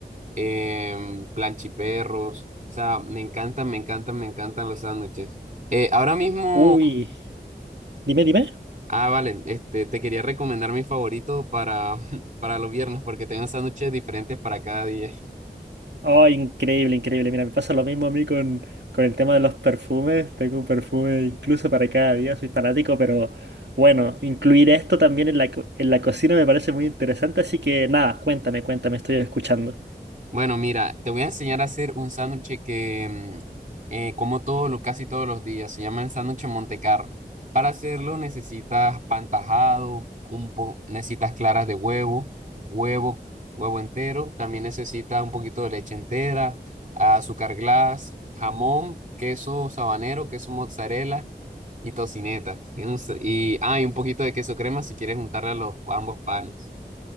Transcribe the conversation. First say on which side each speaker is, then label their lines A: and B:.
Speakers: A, on the right (about 45°); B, on the right (about 85°).
A: em, planchiperros. O sea, me encantan, me encantan, me encantan los sándwiches. Eh, ahora mismo,
B: Uy, dime, dime.
A: ah, vale, este, te quería recomendar mi favorito para, <laughs> para los viernes porque tengo sándwiches diferentes para cada día.
B: Oh, increíble, increíble. Mira, me pasa lo mismo a mí con, con el tema de los perfumes. Tengo un perfume incluso para cada día, soy fanático, pero bueno, incluir esto también en la, co- en la cocina me parece muy interesante, así que nada, cuéntame, cuéntame, estoy escuchando.
A: Bueno, mira, te voy a enseñar a hacer un sándwich que mm, eh, como todo, lo, casi todos los días. Se llama el sándwich Montecarlo. Para hacerlo necesitas pan tajado, un po- necesitas claras de huevo, huevo, huevo entero. También necesitas un poquito de leche entera, azúcar glass, jamón, queso sabanero, queso mozzarella y tocineta. Y, un sa- y- ah, y un poquito de queso crema si quieres juntarle a los a ambos panes.